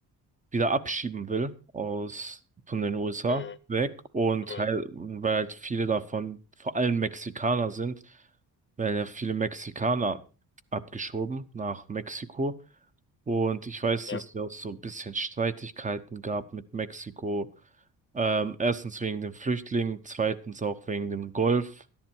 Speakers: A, on the right; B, on the left.
A: wieder abschieben will aus von den USA
B: Mhm,
A: weg und
B: mhm,
A: halt, weil halt viele davon vor allem Mexikaner sind, werden ja viele Mexikaner abgeschoben nach Mexiko. Und ich weiß,
B: Ja,
A: dass es ja auch so ein bisschen Streitigkeiten gab mit Mexiko. Ähm, erstens wegen den Flüchtlingen, zweitens auch wegen dem Golf,